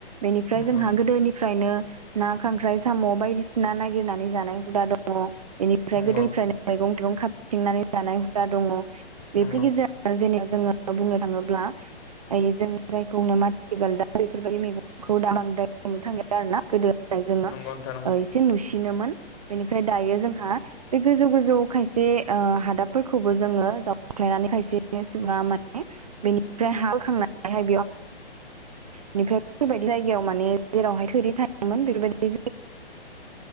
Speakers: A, on the right; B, on the left.
A: बेनिफ्राय
B: नंगौ
A: जोंहा गोदोनिफ्रायनो ना खांख्राइ साम' बायदिसिना नागिरनानै जानाय हुदा दङ बेनि
B: नंगौ।
A: मैगं थाइगं खाबदिंनानै जाय हुदा दङ
B: नंगौ
A: बेफोर गेजेर जेनेबा जोङो बुंनो थाङोब्ला आमफाय जों जायखौ होनो माथि गालदाब बेफोर बायदि मैगंखौ दा बांद्राय नुनो थांलिया आरो ना गोदो जोङो
B: नंगौ नोंथां
A: ओ एसे नुसिनोमोन बेनिफ्राय दायो जोंहा बे गोजौ गोजौ खायसे ओ हादाबफोरखौबो जोङो जावख्लायनानै खायसे सुबुङा माने बेनिफ्राय <inaudible> बेफोरबायदि जायगायाव माने जेरावहाय थोरि थायोमोन बेफोरबायदि